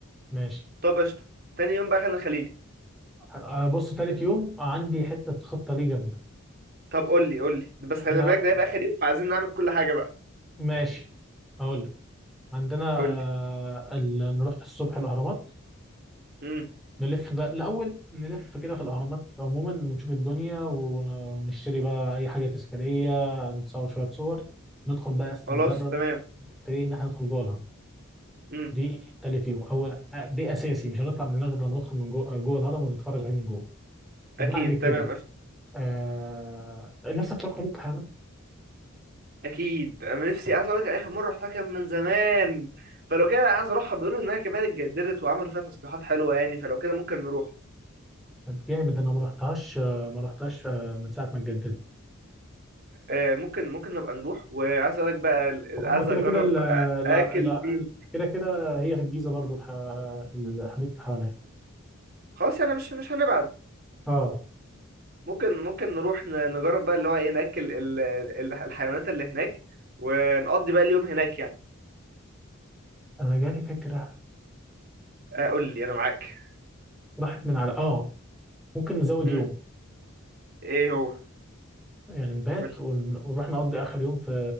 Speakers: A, in the centre; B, on the right.
A: ماشي
B: طب قشطه تاني يوم بقى خان الخليلي
A: أه، بص تالت يوم عندي حتة خطة ليه جامدة
B: طب قول لي قول لي بس
A: احنا
B: خلي بالك ده هيبقى اخر يوم فعايزين نعمل كل حاجه بقى
A: ماشي أقول لك عندنا
B: قول
A: آه،
B: لي
A: ال... نروح الصبح الأهرامات
B: امم
A: نلف بقى الأول نلف كده في الأهرامات عموما نشوف الدنيا ونشتري بقى أي حاجة تذكارية نتصور شوية صور ندخل بقى أصلا
B: خلاص
A: نجرب
B: تمام
A: نبتدي إن إحنا ندخل جوه الهرم
B: امم
A: دي تالت يوم أو دي أساسي مش هنطلع من هناك غير لما ندخل من جوه, جوه الهرم ونتفرج عليه من جوه وبعد
B: اكيد
A: كده
B: تمام
A: آه... نفسك تروح حديقة الحيوانات
B: اكيد انا نفسي عايز اقول لك اخر مره رحتها كان من زمان فلو كده عايز اروحها بيقولوا انها كمان اتجددت وعملوا فيها تصليحات حلوه يعني فلو كده ممكن نروح
A: طب جامد أنا ما رحتهاش آه، ما رحتهاش آه، من ساعة ما اتجددت
B: آه ممكن ممكن نبقى نروح وعايز اقول لك بقى ال- ال-
A: هما
B: عايز
A: كده
B: اجرب
A: كده ال-
B: آ- اكل
A: لا لا
B: فين
A: كده كده هي في الجيزة برضو الح... حديقة الحيوانات
B: خلاص يعني مش مش هنبعد
A: اه
B: ممكن ممكن نروح ن- نجرب بقى اللي هو ايه ناكل ال- ال- الحيوانات اللي هناك ونقضي بقى اليوم هناك يعني
A: انا جالي فكره
B: آه، قول لي انا معاك
A: راحت من على اه ممكن نزود
B: امم
A: يوم
B: ايه هو
A: يعني نبات
B: قول
A: ون- ونروح نقضي اخر يوم في